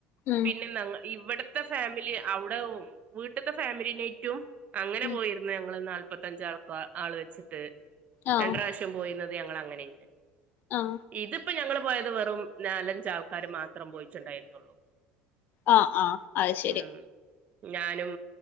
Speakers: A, on the left; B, on the right.
A: ഉം
B: പിന്നെ <unintelligible> ഇവിടത്തെ ഫാമിലി അവിടെ വീട്ട്ത്തെ ഫാമിലിനെറ്റും അങ്ങനെ
A: ഉം
B: പോയിര്ന്നു ഞങ്ങള് ഇന്നാള് മുപ്പത്തഞ്ചാൾക്ക ആള് വെച്ചിട്ട്
A: ആഹ്
B: രണ്ട്‌ റാവശ്യം പോയിര്ന്നത് ഞങ്ങള് അങ്ങനെയ്ന്ന്
A: ആഹ്
B: ഇതിപ്പോ ഞങ്ങള് പോയത് വെറും നാലഞ്ചു ആൾക്കാര് മാത്രം പോയിട്ട്ണ്ടായിര്ന്നുള്ളൂ
A: ആ ആ അയ് ശരി
B: ഉം ഞാനും